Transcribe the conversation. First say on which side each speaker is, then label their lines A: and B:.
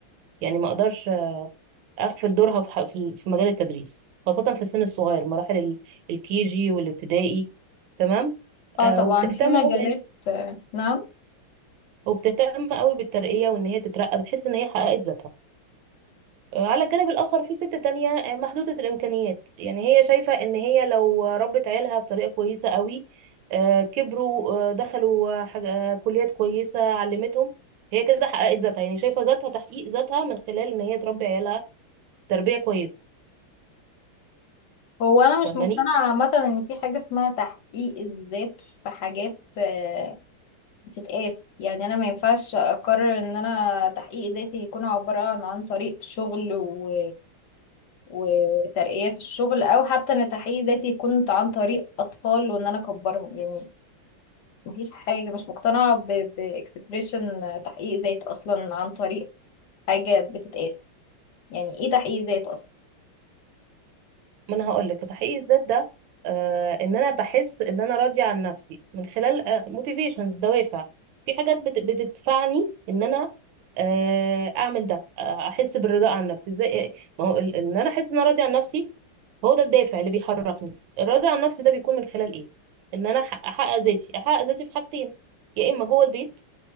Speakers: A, on the right; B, on the left.
A: يعني ما اقدرش اغفل دورها في ح- في في مجال التدريس خاصه في السن الصغير مراحل ال- الكي جي والابتدائي تمام
B: اه
A: آه
B: طبعا
A: وبتهتم
B: في مجالات
A: قوي
B: آه نعم
A: وبتهتم قوي بالترقيه وان هي تترقى بتحس ان هي حققت ذاتها على الجانب الآخر في ست تانية آه، محدودة الإمكانيات يعني هي شايفة إن هي لو ربت عيالها بطريقة كويسة قوي آه، كبروا آه، دخلوا آه، حاج- آه، كليات كويسة علمتهم هي كده حققت ذاتها يعني شايفة ذاتها تحقيق ذاتها من خلال إن هي تربي عيالها تربية كويسة
B: هو انا مش
A: فاهماني
B: مقتنعة عامة ان في حاجة اسمها تحقيق الذات في حاجات آه بتتقاس يعني انا ما ينفعش اقرر ان انا تحقيق ذاتي يكون عبارة عن عن طريق شغل و... وترقية في الشغل او حتى ان تحقيق ذاتي يكون عن طريق اطفال وان انا اكبرهم يعني مفيش حاجة مش مقتنعة ب... بإكسبريشن تحقيق ذات أصلا عن طريق حاجة بتتقاس يعني ايه تحقيق ذات اصلا
A: ما انا هقول لك تحقيق الذات ده آه ان انا بحس ان انا راضيه عن نفسي من خلال موتيفيشنز دوافع في حاجات بت- بتدفعني ان انا آه اعمل ده آه، احس بالرضا عن نفسي زي آه، ما هو ال- ان انا احس ان انا راضيه عن نفسي هو ده الدافع اللي بيحركني الرضا عن نفسي ده بيكون من خلال ايه ان انا أح- احقق ذاتي احقق ذاتي في حاجتين يا اما جوه البيت